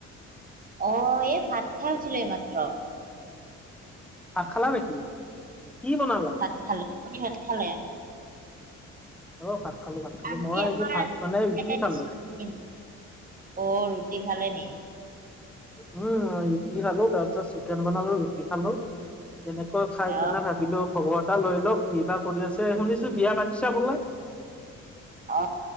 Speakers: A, on the right (about 30°); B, in the centre.
A: অ এই ভাত খাই উঠিল এই মাত্ৰ
B: আ খালা নেকি, কি বনালা?
A: ভাত খালো, আপোনি ভাত খালে?
B: অ ভাত খালো ভাত। খালো
A: আনকি
B: মই
A: আমাৰ
B: আজি ভাত
A: <unintelligible>
B: মানে ৰুটি খালো
A: অ ৰুটি খালে নি?
B: উম ৰুটি খালো। তাৰ পিছত চিকেন বনালো, ৰুটি খালো। কেনেকৈ খাই
A: অ
B: কেনে ভাবিলো খবৰ এটা লৈ লও, কি বা কৰি আছে? শুনিছো বিয়া পাতছা বোলে। <inaudible>
A: অ,